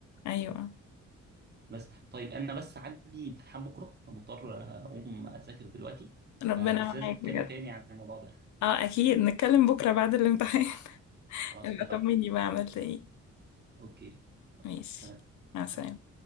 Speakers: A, on the left (about 70°); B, on the right (about 35°).
A: ايوه
B: بس طيب انا بس عندي امتحان بكره فمضطر اقوم اذاكر دلوقتي
A: ربنا
B: فبس
A: معاك
B: لازم نتكلم
A: بجد
B: تاني عن الموضوع ده
A: اه اكيد نتكلم بكره بعد الامتحان <laughs>
B: خلاص
A: ابقى
B: اتفقنا
A: طمني بقى عملت ايه
B: اوكي
A: ماشي
B: تمام
A: مع السلامه
B: تمام